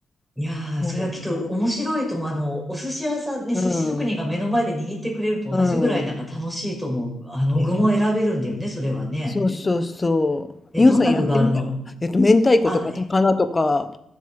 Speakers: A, in the centre; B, on the left (about 20°).
A: いやー、
B: そうなんだね
A: それはきっと面白いと思う。あの、お寿司屋さんに寿司職人が目の前で握ってくれると同じぐらいなんか楽しいと思う。
B: うん。うん。
A: あの、
B: ね。
A: 具も選べるんだよね、それはね。
B: そうそうそう。
A: え、
B: みおさんやってみたら、
A: どんな具があるの
B: えっと、明太子とか高菜とか、
A: あ、